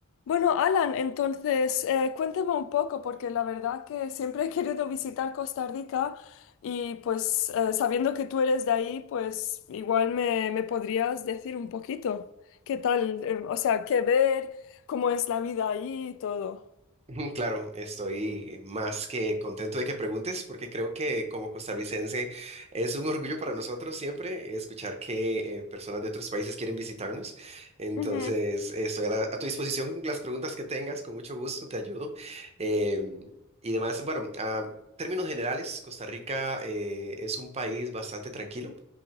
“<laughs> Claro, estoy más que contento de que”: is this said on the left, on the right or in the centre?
Right